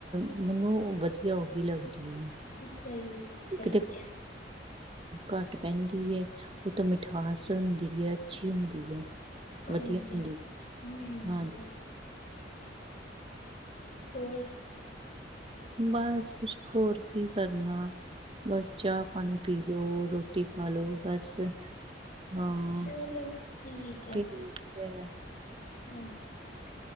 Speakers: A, on the right; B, on the left.
A: ਮੈਨੂੰ ਵਧੀਆ ਉਹੀ ਲੱਗਦੀ ਹੈ।
B: ਸਹੀ, ਸਹੀ
A: ਕਿਤੇ
B: ਹੈ।
A: ਘੱਟ ਪੈਂਦੀ ਹੈ। ਉਹ ਤੌ ਮਿਠਾਸ ਹੁੰਦੀ ਹੈ ਅੱਛੀ ਹੁੰਦੀ ਹੈ।
B: ਹਾਂਜੀ
A: ਵਧੀਆ ਹੁੰਦੀ,
B: ਹਾਂਜੀ
A: ਹਾਂ।
B: ਹੋਰ?
A: ਬਸ, ਹੋਰ ਕੀ ਕਰਨਾ। ਬਸ, ਚਾਹ- ਪਾਣੀ ਪੀ ਲੋੋ ਰੋਟੀ ਖਾਲੋ ਬਸ। ਹਾਂ,
B: ਚਲੋ ਹੈ
A: ਠੀਕ
B: ਫਿਰ
A: ਹੈ।
B: ਹਾਂਜੀ ਓਕੇ